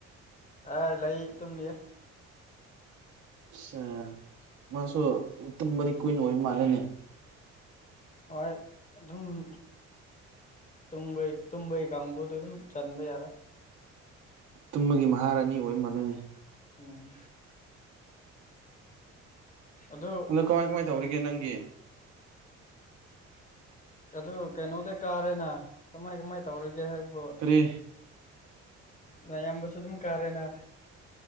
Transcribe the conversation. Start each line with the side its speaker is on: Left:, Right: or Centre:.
Left: ꯑ ꯂꯩ ꯇꯨꯝꯂꯤꯌꯦ
Right: ꯁ ꯃꯥꯁꯨ ꯇꯨꯝꯕꯗꯤ ꯀꯨꯏꯟ ꯑꯣꯏꯕ ꯃꯥꯜꯂꯦꯅꯦ
Left: ꯍꯣꯏ ꯑꯗꯨꯝ ꯇꯨꯝꯕꯩ ꯇꯨꯝꯕꯩ ꯀꯥꯡꯕꯨꯗꯣ ꯑꯗꯨꯝ ꯆꯟꯕ ꯌꯥꯔꯦ
Right: ꯇꯨꯝꯕꯒꯤ ꯃꯍꯥꯔꯥꯅꯤ ꯑꯣꯏꯔꯃꯜꯅꯅꯤ
Left: ꯑꯣ ꯑꯗꯨ
Right: ꯑꯗꯣ ꯀꯃꯥꯏ ꯀꯃꯥꯏ ꯇꯧꯔꯤꯒꯦ ꯅꯪꯒꯤ
Left: ꯑꯗꯨ ꯀꯩꯅꯣꯗꯤ ꯀꯥꯔꯦꯅ ꯀꯃꯥꯏ ꯀꯃꯥꯏ ꯇꯧꯔꯤꯒꯦ ꯍꯥꯏꯕꯨ
Right: ꯀꯔꯤ
Left: ꯅ ꯌꯥꯝꯕꯁꯨ ꯑꯗꯨꯝ ꯀꯥꯔꯦꯅ